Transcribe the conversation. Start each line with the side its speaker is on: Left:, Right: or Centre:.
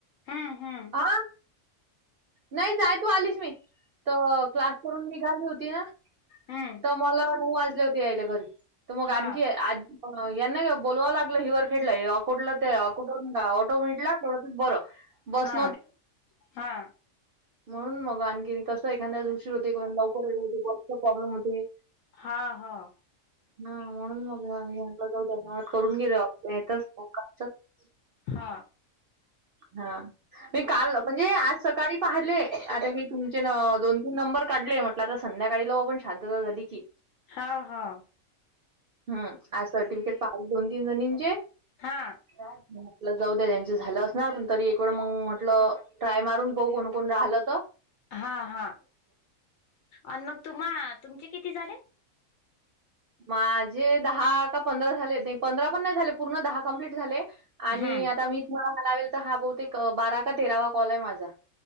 Left: हम्म हम्म.
Right: हा नाही जाय तू आलीस मी, तर क्लास करून निघाली होती ना.
Left: हम्म
Right: त मला नऊ वाजले होते यायला घरी तर मग
Left: हा
Right: आणखी यांना बोलवावं लागलं हिवर खेडीला कुठलं ते कुठून ऑटो भेटला. बरं. बस
Left: हा-हा.
Right: म्हणुन मग आणखी तसं कसं एखाद्या वेळेस उशीर होते लवकर <inaudible> खुप प्रॉब्लेम होते.
Left: हा ह हा हा.
Right: हा म्हणून मगला जाऊ धशन्यवाद करून गेले येतच <unintelligible>
Left: हा
Right: हा मी काल म्हणजे आज सकाळी काढले आता मी तुमचे नं दोन-तीन नंबर काढले, म्हटलं आता संध्याकाळी लाऊ आपण शांतता झाली की.
Left: हाव हाव
Right: हम्म आज सर्टिफिकेट पाहूं दोन-तीन जणींचे
Left: हा
Right: मं म्हटलं जाऊ दे ह्याचं झालं असणार पण तरी एक वेळ मंग म्हटलं ट्राय मारून बघू पुन्हा आल त
Left: हा हा अन् मग तुम्हा तुमचे किती झाले?
Right: माझे दहा का पंधरा झालेत, पंधरा पण नाय झाले पूर्ण दहा कंप्लीट झाले. आणि
Left: हम्म
Right: आता मी तुम्हाला लावेल त हा बहुतेक बारा का तेरावा कॉल आहे माझा.